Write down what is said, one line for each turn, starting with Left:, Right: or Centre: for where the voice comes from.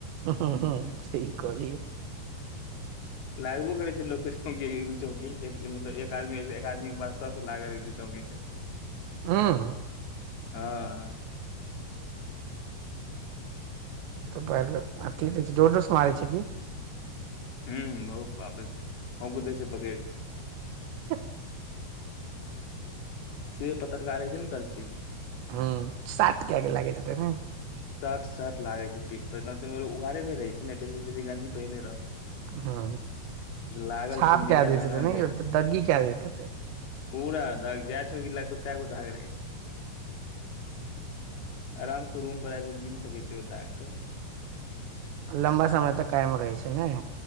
Right: ह ह सही कहलिए
Left: लागबो करै छै लोक दू चौकी मतलब एक आदमी एक आदमी के बाद सब लागल एक दू छोकी के <inaudible>
Right: हँ
Left: हँ हँ
Right: इ त <unintelligible> अथि जोर जोर से मारै छै की
Left: ह बहुत बापरे होक दै छै पकेर
Right: <inaudible>
Left: से पतरका रहै छै ने करची
Right: ह साट कये के लागेत हैते हूँ
Left: सट सट लागे छै पीठ पर एना उघारे देेह रहे छै नऽ बेसी बेसी गंजी पहिरने रहल
Right: हँ
Left: लागल
Right: छाप
Left: तऽ फेर मिजाज
Right: क देेेत
Left: हनहन
Right: हेते न
Left: जाय
Right: यो दग्गी क देेेत हैते
Left: पूरा दाग जाए छौकी लागतौ तगो दाग रहे छै आराम सँ रूम पर आब कऽ गिन सकै छै दाग कऽ
Right: लम्बा समय तऽ कायम रहै छै ने